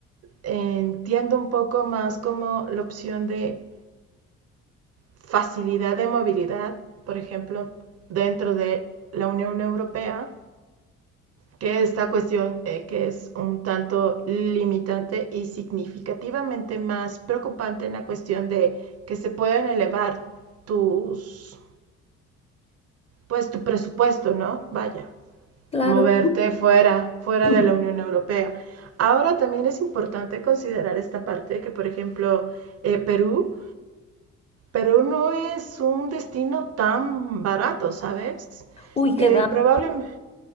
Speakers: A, on the right (about 55°); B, on the left (about 20°).
A: eh, entiendo un poco más como la opción de facilidad de movilidad, por ejemplo, dentro de la Unión Europea, que esta cuestión eh, que es un tanto limitante y significativamente más preocupante en la cuestión de que se pueden elevar tus, pues tu presupuesto, ¿no? Vaya,
B: Claro.
A: moverte fuera, fuera
B: <clears throat>
A: de la Unión Europea. Ahora también es importante considerar esta parte que, por ejemplo, eh, Perú, Perú no es un destino tan barato, ¿sabes?
B: Uy, qué
A: Eh,
B: va.
A: probablemente,